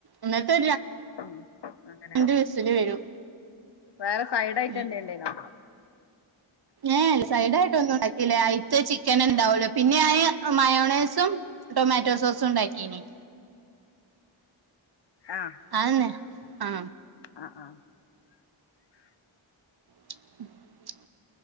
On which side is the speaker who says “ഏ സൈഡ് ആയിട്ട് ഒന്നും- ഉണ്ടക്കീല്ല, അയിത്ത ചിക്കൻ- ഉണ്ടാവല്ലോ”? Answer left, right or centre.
Right